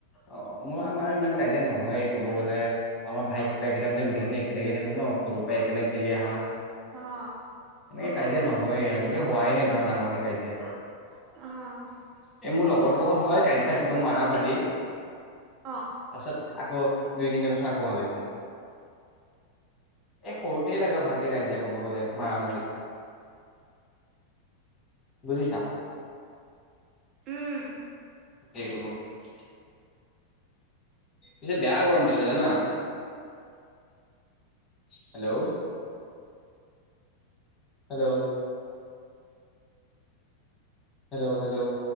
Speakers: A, on the left; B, on the right.
A: অ', মোৰ আমাৰ ইমান কাজিয়া নহয় কব গলে আমাৰ ভাইকে একে মান গোটেই খিনি একেলগে থাকো ন সৰুৰ পৰাই একেলগ খেলি আহা
B: অ',
A: এনেকে কাজিয়া নহয়েই আজিলিকে হোৱাই নাই ধৰা ডাঙৰক কাজিয়া
B: অ'
A: এই মোৰ লগৰ লগত হয় কালিতা একদম মাৰ মাৰি,
B: অ,
A: তাৰপিছত আকৌ দুই তি বছ আৌ ভাল হৈ যায়। এই সৰুতে লগা ভালকে কাইজিয়া কব গ'লে মাৰ মাৰি। বুজিছা?
B: উম,
A: <inaudible> পিছে বেয়া গৰম দিছে জান? Hello, hello, hello hello,